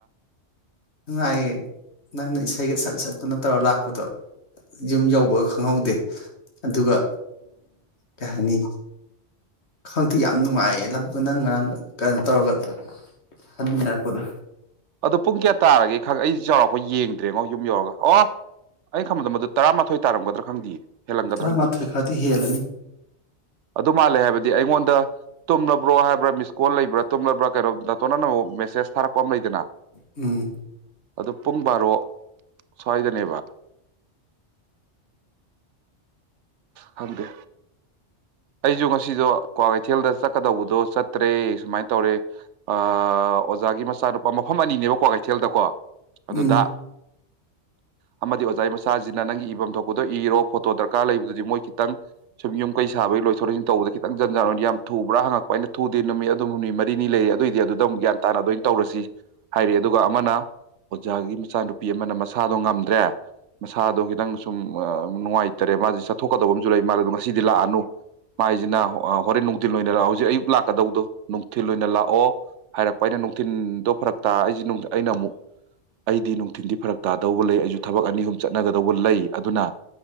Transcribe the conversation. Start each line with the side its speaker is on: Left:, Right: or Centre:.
Left: ꯅꯨꯡꯉꯥꯏꯌꯦ ꯅꯪꯅ ꯏꯁꯩꯒ ꯁꯛ ꯁꯛꯇꯅ ꯇꯧꯔꯒ ꯂꯥꯛꯄ ꯐꯣꯠꯇꯣ ꯌꯨꯝ ꯌꯕ ꯈꯪꯍꯧꯗꯦ ꯑꯗꯨꯒ ꯀꯍꯅꯤ ꯈꯪꯗꯦ ꯌꯥꯝ ꯅꯨꯡꯉꯥꯏꯌꯦ ꯂꯝ ꯅꯪ ꯉꯔꯥꯡ ꯀꯩꯅꯣ ꯇꯧꯔꯒ ꯍꯟꯃꯤꯟꯅꯔꯛꯄꯗꯣ
Right: ꯑꯗꯣ ꯄꯨꯡ ꯀꯌꯥ ꯇꯥꯔꯒꯦ ꯈꯪ ꯑꯩ ꯆꯥꯎꯔꯛ ꯌꯦꯡꯗ꯭ꯔꯦꯉꯣ ꯌꯨꯝ ꯌꯧꯔꯒ ꯑꯣ ꯑꯩ ꯈꯪꯕꯗ ꯃꯗꯨ ꯇꯔꯥꯃꯥꯊꯣꯏ ꯇꯥꯔꯝꯒꯗ꯭ꯔꯥ ꯈꯪꯗꯌꯦ ꯍꯦꯜꯂꯝꯟꯒꯗ꯭ꯔꯪꯗꯤ
Left: ꯇꯔꯥꯃꯥꯊꯣꯏ ꯈꯔꯗꯤ ꯍꯦꯜꯂꯅꯤ
Right: ꯑꯗꯨ ꯃꯥꯜꯂꯦ ꯍꯥꯏꯕꯗꯤ ꯑꯩꯉꯣꯟꯗ ꯇꯨꯝꯂꯕ꯭ꯔꯣ ꯍꯥꯏꯕ꯭ꯔꯥ ꯃꯤꯁ ꯀꯣꯜ ꯂꯩꯕ꯭ꯔꯥ ꯇꯨꯝꯂꯕ꯭ꯔꯥ ꯀꯩꯅꯣꯗ ꯇꯣꯟꯅ ꯃꯦꯁꯦꯁ ꯊꯥꯔꯛꯄ ꯑꯃ ꯂꯩꯗꯅ
Left: ꯎꯝ
Right: ꯑꯗꯨ ꯄꯨꯡ ꯕꯥꯔꯣ ꯁ꯭ꯋꯥꯏꯗꯅꯦꯕ ꯐꯪꯗꯦ ꯑꯩꯁꯨ ꯉꯁꯤꯗꯣ ꯀ꯭ꯋꯥꯀꯩꯊꯦꯜꯗ ꯆꯠꯀꯗꯧꯕꯗꯣ ꯆꯠꯇ꯭ꯔꯦ ꯁꯨꯃꯥꯏꯅ ꯇꯧꯔꯦ ꯑꯣꯖꯥꯒꯤ ꯃꯆꯥꯅꯨꯄꯥ ꯃꯐꯝ ꯑꯅꯤꯅꯦꯕ ꯀ꯭ꯋꯥꯀꯩꯊꯦꯜꯗꯀꯣ ꯑꯗꯨꯗ
Left: ꯎꯝ
Right: ꯑ ꯃꯥꯗꯤꯁ ꯉꯖꯥꯏ ꯃꯆꯥꯁꯤꯅ ꯅꯪꯒꯤ ꯏꯐꯝ ꯊꯣꯛꯄꯗꯣ ꯏꯔꯣ ꯐꯣꯇꯣ ꯗꯔꯀꯥꯔ ꯂꯩꯕꯗꯨꯗꯤ ꯃꯣꯏ ꯈꯤꯇꯪ ꯁꯨꯝ ꯌꯨꯝ ꯀꯩ ꯊꯕꯩ ꯂꯣꯏ ꯁꯊꯣꯏ ꯏꯁꯤꯡ ꯇꯧꯕꯗ ꯈꯤꯇꯪ ꯖꯔ ꯑꯣꯏꯅ ꯌꯥꯝ ꯊꯨꯕ꯭ꯔꯥ ꯍꯛ ꯑꯩ ꯊꯨ ꯅꯨꯃꯤꯠ ꯑꯗꯨꯝ ꯍꯨꯝꯅꯤ ꯃꯔꯤꯅꯤ ꯂꯩ ꯑꯗꯨꯑꯣꯏꯗꯤ ꯑꯗꯨꯗ ꯑꯃ ꯒ꯭ꯌꯥꯟ ꯇꯥꯅ ꯑꯗꯨꯃꯅ ꯇꯧꯔꯁꯤ ꯍꯥꯏꯔꯛꯑꯦ ꯑꯗꯨꯒ ꯑꯃꯅ ꯑꯣꯖꯥꯒꯤ ꯃꯆꯥꯅꯨꯄꯤ ꯑꯃꯅ ꯃꯁꯥꯗꯣ ꯉꯝꯗ꯭ꯔꯦ ꯃꯁꯥꯗꯣ ꯈꯤꯇꯪ ꯁꯨꯝ ꯑ ꯅꯨꯡꯉꯥꯏꯇꯔꯦ ꯃꯥꯁꯦ ꯆꯠꯊꯣꯛꯀꯗꯧꯕ ꯑꯃꯁꯨ ꯂꯩ ꯃꯥꯜꯂ ꯑꯗꯣ ꯉꯁꯤꯗꯤ ꯂꯥꯛꯑꯅꯨ ꯃꯥꯏꯁꯤꯅ ꯍꯣꯔꯦꯟ ꯅꯨꯡꯊꯤꯜ ꯑꯣꯏꯅ ꯂꯥꯛꯑꯣ ꯍꯧꯖꯤꯛ ꯑꯌꯨꯛ ꯂꯥꯛꯀꯗꯧꯗꯣ ꯅꯨꯡꯊꯤꯜ ꯑꯣꯏꯅ ꯂꯥꯛꯑꯣ ꯍꯥꯏꯔꯛꯄ ꯑꯩꯅ ꯅꯨꯡꯊꯤꯤꯟꯗꯣ ꯐꯔꯛ ꯇꯥ ꯑꯩꯁꯦ ꯑꯩꯅ ꯑꯃꯨꯛ ꯑꯩꯗꯤ ꯅꯨꯡꯊꯤꯟꯗꯤ ꯐꯔꯛ ꯇꯥꯗꯧꯕ ꯂꯩ ꯑꯩꯁꯨ ꯊꯕꯛ ꯑꯅꯤ ꯑꯍꯨꯝ ꯆꯠꯅꯒꯗꯧꯕ ꯂꯩ ꯑꯗꯨꯅ